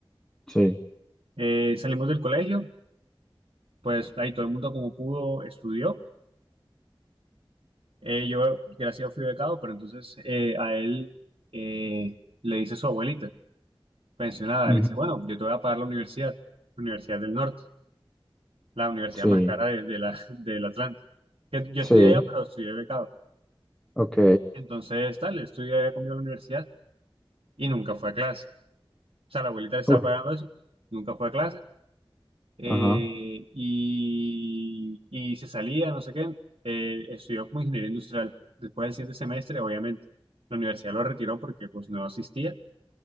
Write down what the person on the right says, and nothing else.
Eh, salimos del colegio, pues ahí todo el mundo como pudo estudió Eh, yo, gracias a Dios, fui becado, pero entonces eh, a él eh, le dice su abuelita, pensionada,
le dice, bueno, yo te voy a pagar la universidad, la Universidad del Norte, la universidad
más cara de, de la, <laughs> del Atlántico. Que yo
estudié allá, pero estudié becado.
Entonces, tal, él estudió allá conmigo en la universidad y nunca fue a clase. O sea, la abuelita le estaba
pagando eso, nunca fue a clase eh,
y, y se salía, no sé qué, eh, estudió como ingeniería industrial. Después del siguiente semestre, obviamente, la universidad lo retiró porque pues no asistía